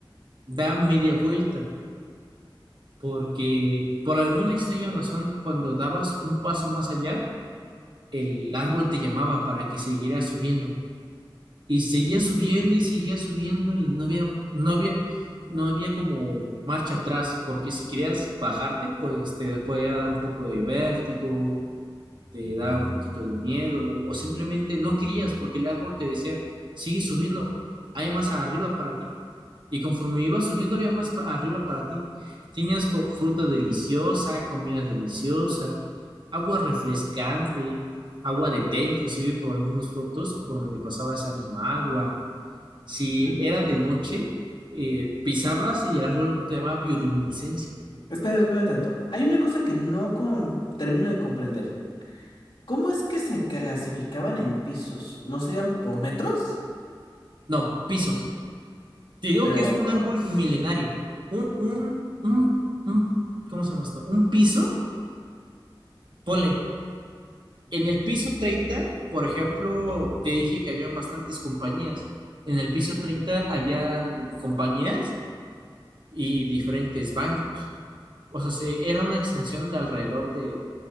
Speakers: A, on the right; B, on the left.
A: da media vuelta, porque por alguna extraña razón, cuando dabas un paso más allá, el árbol te llamaba para que siguieras subiendo Y seguía subiendo y seguía subiendo y no había, no había, no había como marcha atrás, porque si querías bajarte, pues te podía dar un poco de vértigo te da un poquito de miedo o simplemente no querías porque el árbol te decía, sigue subiendo, hay más arriba para ti. Y conforme ibas subiendo había más pa- arriba para ti. Tenías co- fruta deliciosa, comida deliciosa, agua refrescante, agua de té inclusive por algunos frutos por donde pasaba esa misma agua. Si
B: Mm,
A: era de noche, eh, pisabas y el árbol te daba bioluminiscencia.
B: Espera, espera tanto. Hay una cosa que no com- termino de comprender. ¿Cómo es que se clasificaban en pisos? ¿No serían por metros?
A: No, pisos Te digo
B: Pero,
A: que es un árbol milenario. Un, un, un, un- ¿cómo se llama esto? Un piso, ponle, en el piso treinta por ejemplo, te dije que habían bastantes compañías. En el piso 30 habían compañías y diferentes bancos. O sea, se- era una extensión de alrededor de,